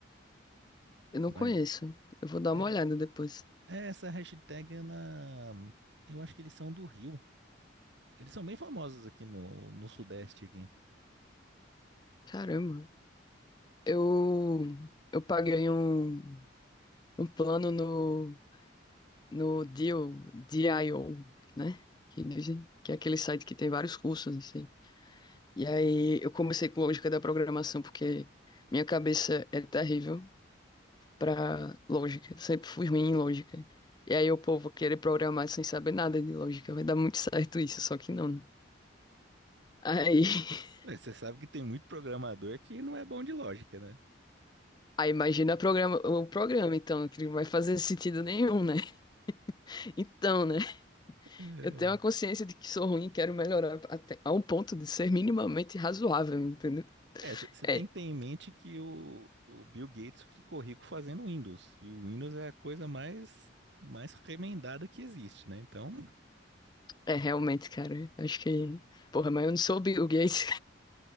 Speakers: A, on the left; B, on the right.
A: eu não
B: Mas
A: conheço. Eu vou dar
B: é,
A: uma olhada depois.
B: é essa hashtag, ela. Eu acho que eles são do Rio. Eles são bem famosos aqui no, no Sudeste aqui.
A: Caramba. Eu, eu paguei um, um plano no, no Deal, Dio, né? Que dizem que é aquele site que tem vários cursos, não sei. E aí eu comecei com lógica da programação, porque minha cabeça é terrível pra lógica. Sempre fui ruim em lógica. E aí o povo querer programar sem saber nada de lógica. Vai dar muito certo isso, só que não, né? Aí, <laughs>
B: É, Você sabe que tem muito programador que não é bom de lógica, né?
A: aí imagina programa, o programa, então, que não vai fazer sentido nenhum, né? <laughs> Então, né?
B: É,
A: Eu tenho a consciência de que sou ruim e quero melhorar até a um ponto de ser minimamente razoável, entendeu?
B: É, você tem
A: É,
B: que ter em mente que o, o Bill Gates ficou rico fazendo Windows. E o Windows é a coisa mais, mais remendada que existe, né? Então,
A: é realmente, cara. Acho que. Porra, mas eu não sou o Bill Gates,